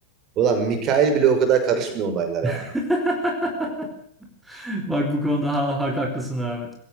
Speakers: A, on the right; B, in the centre.
A: Ulan Mikail bile o kadar karışmıyor olaylara
B: <laughs>
A: yani.
B: Bak bu konuda ha- hak haklısın abi.